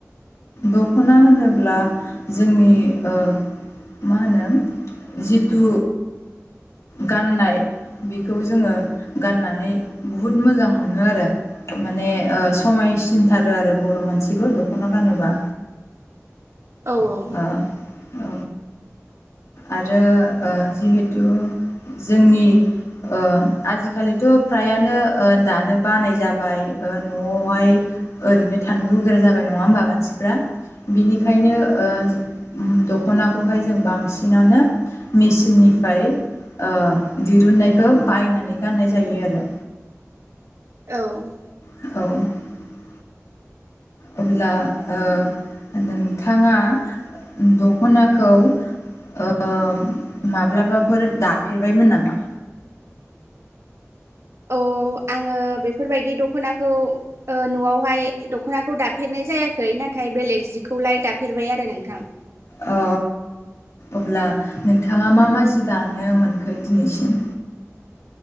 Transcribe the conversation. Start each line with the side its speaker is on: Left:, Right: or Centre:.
Left: दख'ना होनोब्ला जोंनि ओ मा होनो जिथु गाननाय बेखौ जोङो गाननानै बुहुत मोजां मोनो आरो। माने ओ समायसिनथारो आरो बर' मानसिखौ दख'ना गानोबा।
Right: औ औ
Left: ओ औ आरो ओ जिहेतु जोंनि ओ आजिखालिथ' फ्रायानो ओ दानो बानाय जाबाय ओ न'यावहाय ओरैनो थानो लुगैग्रा जाबाय नङा होमबा मानसिफ्रा बिनि खायनो ओ द' ख'नाखौहाय जों बांसिनानो मेसिननिफ्राय ओ दिरुननायखौ बायनानै गाननाय जायो आरो।
Right: औ औ।
Left: औ। अब्ला ओ नोंथाङा दखनाखौ ओ माब्लाबाफोर दाफेरबायमोन नामा?
Right: औ आङो बेफोरबायदि दख'नाखौ ओ न'आवहाय दख'नाखौ दाफेरनाय जायाखै नाथाय बेलेग जिखौलाय दाफेरबाय आरो नोंथां।
Left: अ अब्ला नोंथाङा मा मा जि दानो मोनखो दिनैसिम?